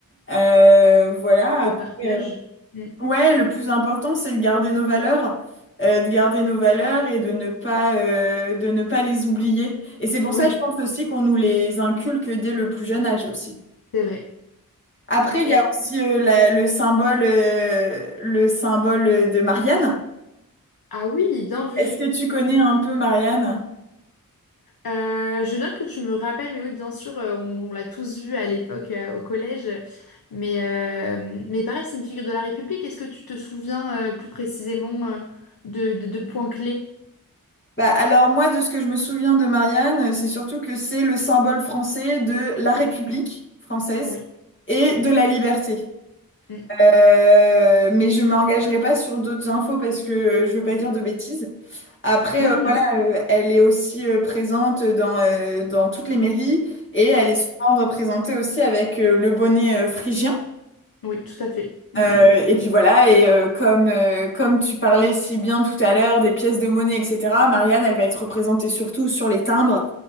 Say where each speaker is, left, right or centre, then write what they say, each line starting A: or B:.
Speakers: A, on the left (about 35°); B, on the left (about 85°).
A: Euh, voilà, après.
B: De partage.
A: euh,
B: Mm.
A: Ouais, le plus important, c'est de garder nos valeurs, euh, de garder nos valeurs et de ne pas, euh, de ne pas les oublier. Et c'est pour
B: Oui,
A: ça, je pense aussi qu'on nous les inculque dès le plus jeune âge aussi.
B: c'est vrai.
A: Après, il
B: Et,
A: y a aussi euh, la- le symbole, euh, le symbole de Marianne.
B: ah oui, bien vu.
A: Est-ce que tu connais un peu Marianne?
B: Euh, je veux bien que tu me rappelles, mais oui, bien sûr, euh, on, on l'a tous vu à l'époque euh, au collège. Mais, euh, mais pareil, c'est une figure de la République. Est-ce que tu te souviens euh, plus précisément euh, de, de, de points clés?
A: Bah, alors moi, de ce que je me souviens de Marianne, c'est surtout que c'est le symbole français de la République française
B: Oui.
A: et de la liberté.
B: Mm.
A: Euh, mais je m'engagerai pas sur d'autres infos parce que euh, je veux pas dire de bêtises. Après,
B: Moi,
A: euh,
B: je me
A: voilà,
B: souviens.
A: euh, elle est aussi euh, présente dans, euh, dans toutes les mairies et elle est souvent représentée aussi avec euh, le bonnet euh, phrygien.
B: Oui, tout à fait. Mm,
A: Euh, et puis voilà, et euh, comme, euh, comme tu parlais si bien tout à l'heure des pièces de monnaie, etc., Marianne, elle va être représentée surtout sur les timbres